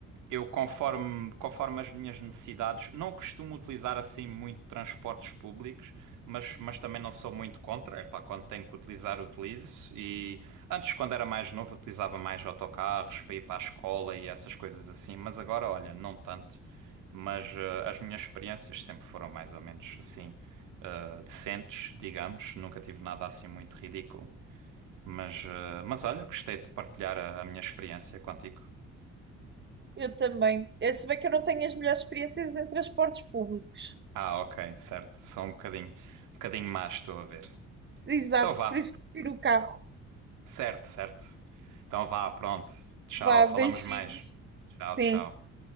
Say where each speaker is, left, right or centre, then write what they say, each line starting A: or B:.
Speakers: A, on the right (about 85°); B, on the right (about 35°).
A: Eu, conforme, conforme as minhas necessidades, não costumo utilizar assim muito transportes públicos, mas, mas também não sou muito contra. Epá, quando tenho que utilizar, utilizo. E antes, quando era mais novo, utilizava mais autocarros para ir para a escola e essas coisas assim, mas agora, olha, não tanto. Mas eh, as minhas experiências sempre foram mais ou menos assim, eh, decentes, digamos. Nunca tive nada assim muito ridículo. Mas, eh, mas olha, gostei de partilhar a a minha experiência contigo.
B: Eu também. É, se bem que eu não tenho as melhores experiências em transportes públicos.
A: Ah, ok, certo. São um bocadinho, um bocadinho más, estou a ver.
B: Exato,
A: Então vá.
B: por isso que prefiro o carro.
A: Certo, certo. Então vá, pronto. Tchau,
B: Vá,
A: falamos
B: beijinhos.
A: mais. Tchau,
B: Sim.
A: tchau.